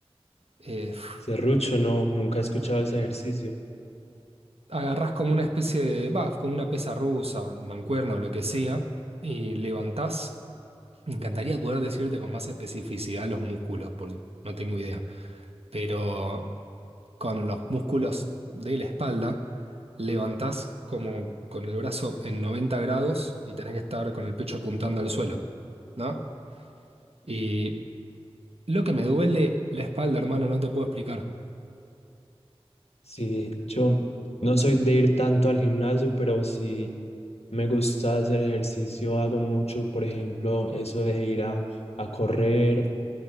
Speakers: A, on the right; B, on the left.
A: Eh, f-
B: Serrucho, no, nunca he escuchado ese ejercicio.
A: agarrás como una especie de, va, como una pesa rusa, mancuerna o lo que sea, y levantás. Me encantaría poder decirte con más especificidad los músculos, porque no tengo idea. Pero con los músculos de la espalda, levantás como con el brazo en 90 grados y tenés que estar con el pecho apuntando al suelo, ¿no? Y lo que me duele la espalda, hermano, no te puedo explicar.
B: Sí, yo no soy de ir tanto al gimnasio, pero sí me gusta hacer ejercicio, hago mucho, por ejemplo, eso de ir a, a correr